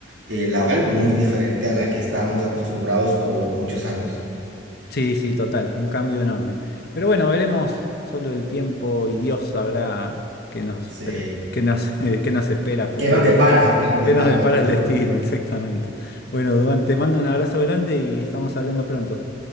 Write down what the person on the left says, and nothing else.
Sí, sí, total, un cambio enorme. Pero bueno, veremos, solo el tiempo y Dios sabrá qué nos,
pre- qué nos, <laughs> qué nos espera a futuro,
¿no?
¿Qué nos depara
el destino, <laughs> exactamente? Bueno, Duan, te mando un abrazo grande y estamos hablando pronto.